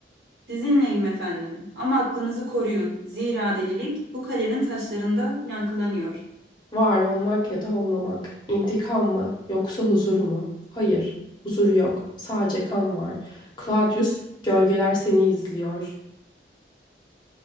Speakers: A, on the right; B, on the left.
A: Sizinleyim efendim ama aklınızı koruyun. Zira delilik bu kalenin taşlarında yankılanıyor.
B: Var olmak ya da olmamak. İntikam mı yoksa huzur mu? Hayır, huzur yok. Sadece kan var. Claudius, gölgeler seni izliyor.